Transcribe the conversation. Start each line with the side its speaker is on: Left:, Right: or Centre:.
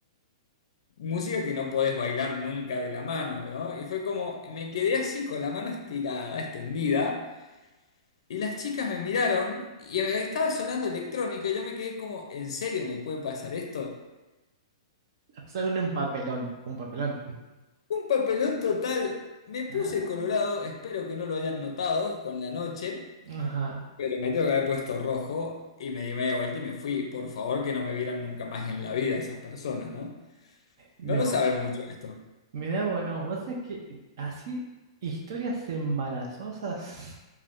Left: Música que no podés bailar nunca de la mano, ¿no? Y fue como, me quedé así con la mano estirada, extendida. Y las chicas me miraron y me- estaba sonando electrónica y yo me quedé como, ¿en serio me puede pasar esto?
Right: O sea, un un papelón, un papelón.
Left: Un papelón total. Me puse
Right: Ah,
Left: colorado, espero que no lo hayan notado con la noche,
Right: ajá,
Left: pero me tengo que haber puesto rojo y me di media vuelta y me fui. Por favor, que no me vieran nunca más en la vida esas personas, ¿no?
Right: no.
Left: No lo saben mucho esto.
Right: Mirá vos, no. Vos sabés que eh, así, historias embarazosas.